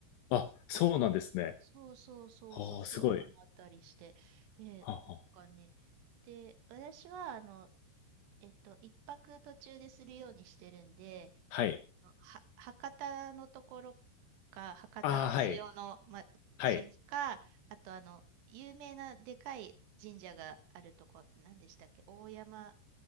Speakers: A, on the left (about 80°); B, on the right (about 75°).
A: あ、そうなんですね。
B: そうそうそうそう、
A: おー、
B: そういうのもあったりして、
A: すごい。
B: えーなんかね、
A: はあはあ
B: で、私は、あの、えっと、一泊途中でするようにしてるんで、
A: はい。
B: は、博多のところか、博多の塩の、
A: ああ、はい。
B: ま、
A: はい。
B: 島か、あとあの、有名なでかい神社があるとこ、何でしたっけ大山